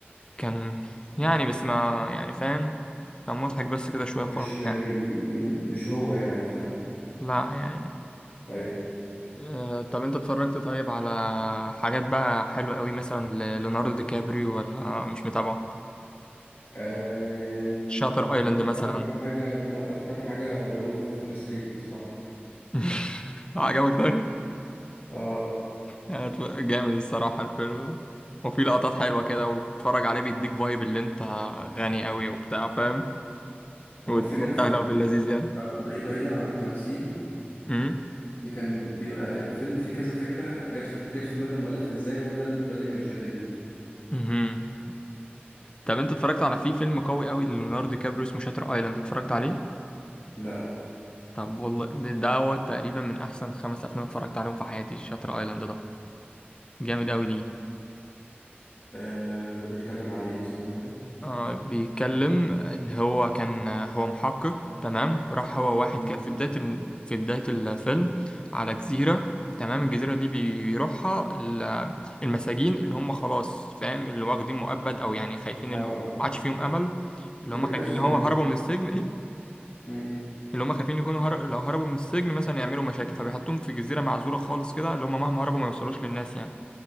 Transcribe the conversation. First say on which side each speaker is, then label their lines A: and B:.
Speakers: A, on the left; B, on the left.
A: كان يعني بس ما يعني فاهم كان مضحك بس كده شويه خلاص
B: مش م- م-
A: يعني
B: مش هو يعني فاهم
A: لا يعني
B: أيوة
A: آه طب انت اتفرجت طيب على حاجات بقى حلوه قوي مثلا ليوناردو دي كابريو ولا مش متابعه
B: آه يعني ال...
A: شاتر ايلاند مثلا
B: أكتر حاجة لأ أكتر حاجة ذا وولف أوف وول ستريت بصراحة
A: <laughs> عجبك ده
B: اه
A: يعني ت- جامد الصراحة الفيلم ده وفي لقطات حلوة كده وتتفرج عليه بيديك فايب اللي انت غني قوي وبتاع فاهم
B: هو
A: والدنيا
B: الفكرة في
A: سهلة
B: ال-
A: وفي اللذيذ يعني
B: آه، بعيد- بعيدا عن التمثيل
A: امم
B: اللي كان بيبقى الفيلم فيه كذا فكرة جت في جت في دماغ المؤلف ازاي هو ده ال- ده اللي كان شاددني
A: امم طب انت اتفرجت على في فيلم قوي قوي ليوناردو دي كابريو اسمه شاتر ايلاند اتفرجت عليه
B: لا
A: طب والله ده ده هو تقريبا من احسن خمس افلام اتفرجت عليهم في حياتي شاتر ايلاند ده جامد قوي ليه
B: آه ده بيتكلم عن ايه ثانية كده
A: آه بيتكلم ان هو كان هو محقق تمام وراح هو واحد
B: مم.
A: كده في بداية الم- في بداية الفيلم على جزيرة تمام الجزيرة دي بيروحها ال- المساجين اللي هم خلاص فاهم اللي واخدين مؤبد او يعني خايفين
B: اه
A: اللي
B: آه.
A: هم ما عادش فيهم امل اللي
B: اللي
A: هم
B: بيتعزله
A: خايفين ان
B: يعني
A: هو هربوا من السجن ايه
B: مم.
A: اللي هم خايفين يكونوا هر... لو هربوا من السجن مثلا يعملوا مشاكل فبيحطوهم في جزيرة معزولة خالص كده اللي هم مهما هربوا ما يوصلوش للناس يعني